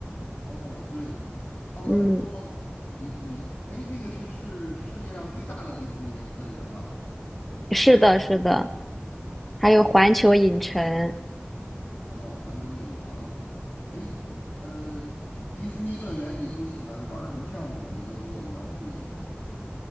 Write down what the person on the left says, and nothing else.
哦，对，奥兰多迪士尼，
哎，那个是是世界上最大的迪士尼乐园吧？
哦，环球影城，哎，呃，迪士尼乐园你都喜欢玩儿什么项目？你都给我描述一下。